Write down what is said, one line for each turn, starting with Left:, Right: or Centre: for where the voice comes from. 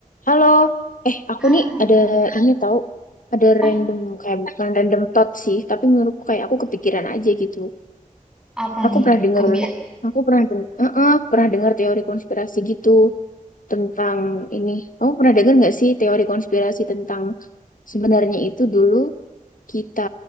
Left: Halo, eh aku
Centre: Aduh.
Left: nih ada ini tahu, ada
Centre: Ah,
Left: random kayak bukan random thought sih, tapi menurutku kayak aku kepikiran aja gitu.
Centre: apa
Left: Aku
Centre: nih?
Left: pernah dengar,
Centre: Kebia...
Left: aku pernah dengar, pernah dengar teori konspirasi gitu tentang ini. Kamu pernah dengar nggak sih teori konspirasi tentang sebenarnya itu dulu kita